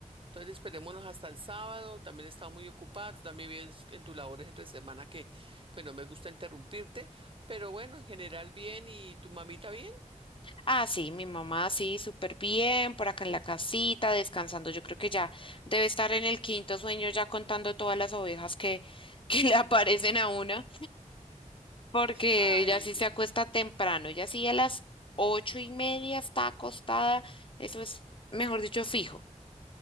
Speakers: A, on the right (about 40°); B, on the left (about 40°).
A: entonces esperémonos hasta el sábado. También estaba muy ocupada, tú también vives en tus labores entre semana que, pues no me gusta interrumpirte, pero bueno, en general bien, ¿y tu mamita bien?
B: ah, sí, mi mamá sí, súper bien, por acá en la casita, descansando, yo creo que ya debe estar en el quinto sueño ya contando todas las ovejas que, <laughs> que le aparecen a una. porque
A: Ay,
B: ella sí se acuesta temprano, ella sí a las ocho y media está acostada, eso es, mejor dicho, fijo.